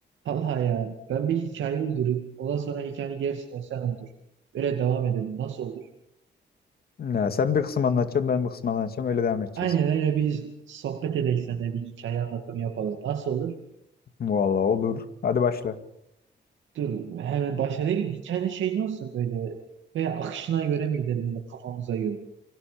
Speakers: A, on the right; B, on the left.
A: Vallahi ya ben bir hikaye uydurayım. Ondan sonra hikayenin gerisini sen uydur. Öyle devam edelim. Nasıl olur?
B: Ya sen bir kısım anlatacaksın, ben bir kısım anlatacağım. Öyle devam edeceğiz.
A: Aynen öyle biz sohbet edelim seninle bir hikaye anlatımı yapalım. Nasıl olur?
B: Vallahi olur. Hadi başla.
A: Dur hemen başa değil. Hikayenin şey ne olsun böyle? Veya akışına göre mi gidelim yine kafamıza göre?